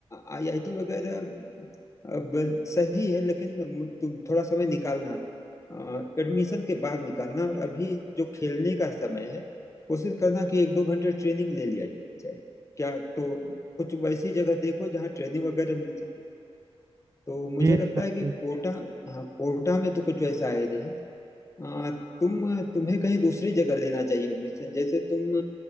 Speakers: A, on the left; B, on the right.
A: आईआईटी वगैरह अब सही है लेकिन मु- तुम थोड़ा समय निकालना एडमिशन के बाद निकालना और अभी जो खेलने का समय है कोशिश करना कि एक दो घंटे ट्रेनिंग ले लिया जाए क्या तो कुछ वैसी जगह देखो जहाँ ट्रेनिंग वगैरह मिल सके तो मुझे
B: जी
A: लगता
B: सर
A: है कि
B: जी
A: कोटा हाँ कोटा में तो कुछ वैसा है नहीं आ, तुम तुम्हें कहीं दूसरी जगह लेना चाहिए एडमिशन जैसे तुम